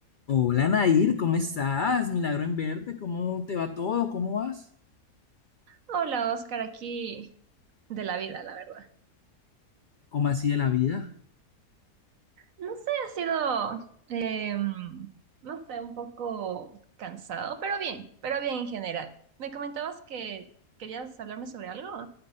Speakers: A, on the left; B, on the right.
A: Hola Nair, ¿cómo estás? Milagro en verte, ¿cómo te va todo? ¿Cómo vas?
B: Hola, Oscar, aquí de la vida, la verdad.
A: ¿Cómo así de la vida?
B: No sé, ha sido, em, no sé, un poco cansado, pero bien, pero bien en general. Me comentabas que querías hablarme sobre algo.